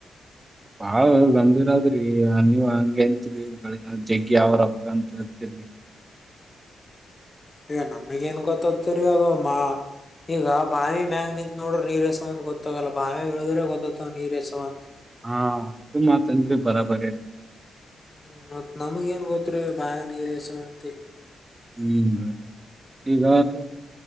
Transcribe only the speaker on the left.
ಯ ನಮಗ ಏನ್ ಗೊತ್ತತ್ತರಿ ಅದುಮ್ಮ ಈಗ ಬಾವಿ ಮ್ಯಾಗ ನಿಂತತ್ ನೋಡ್ರೆ ನೀರ್ಸವ ಅಂತ ಗೊತ್ತಾಗಲ್ಲ ಬಾವಿ ಇಳಿದ್ರೆ ಗೊತ್ತವ ನೀರ್ ಎಸವ ಅಂತ
ಹ್ಮ್ ಮತ್ ನಮಗ ಏನ್ ಗೊತ್ರರಿ ಬಾ ನೀರ್ಸಂತಿ
ಹ್ಮ್